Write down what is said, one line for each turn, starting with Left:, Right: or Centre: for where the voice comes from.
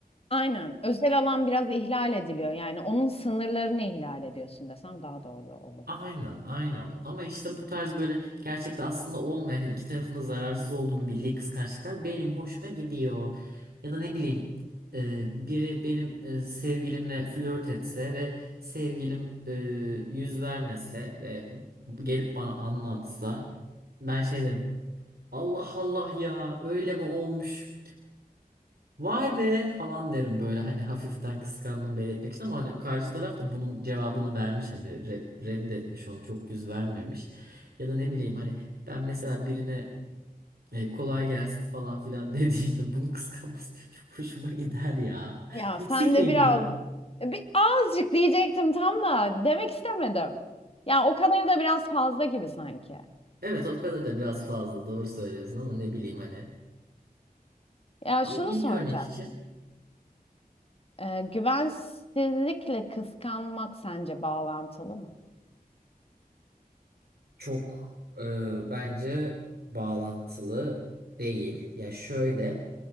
Left: Aynen. Özel alan biraz ihlal ediliyor. Yani onun sınırlarını ihlal ediyorsun desem daha doğru olur.
Right: Aynen, aynen. Ama işte bu tarz böyle gerçekte aslında olmayan yani iki tarafında zararsız olduğunu bildiği kıskançlıklar benim hoşuma gidiyor. Ya da ne bileyim e, biri benim e, sevgilimle flört etse ve sevgilim e, yüz vermese ve gelip bana anlatsa ben şey derim Allah Allah ya öyle mi olmuş Vay be falan derim böyle hani hafiften kıskandım belirtmek için ama hani karşı taraf da bunun cevabını vermiş hani re- reddetmiş onu çok yüz vermemiş. Ya da ne bileyim hani ben mesela birine e, kolay gelsin falan filan <laughs> dediğimde bunu kıskanması benim çok hoşuma gider ya.
Left: Ya
Right: Toksik
Left: sen
Right: miyim
Left: de biraz
Right: ben?
Left: e, bir azıcık diyecektim tam da demek istemedim. Ya o kadarı da biraz fazla gibi sanki.
Right: Evet o kadar da biraz fazla doğru söylüyorsun ama ne bileyim hani.
Left: Ya
Right: Ama
Left: şunu
Right: ilk
Left: soracak.
Right: örnek için
Left: Ee, güvensizlikle kıskanmak sence bağlantılı mı?
Right: çok e, bence bağlantılı değil. Ya şöyle